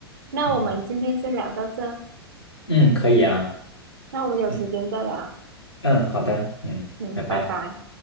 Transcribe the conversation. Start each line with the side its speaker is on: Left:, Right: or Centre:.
Right: 那我们今天先聊到这，
Left: 嗯嗯，可以啊。
Right: 那我们有时间再聊。
Left: 嗯。嗯，好的，嗯，
Right: 嗯，
Left: 拜拜。
Right: 拜拜。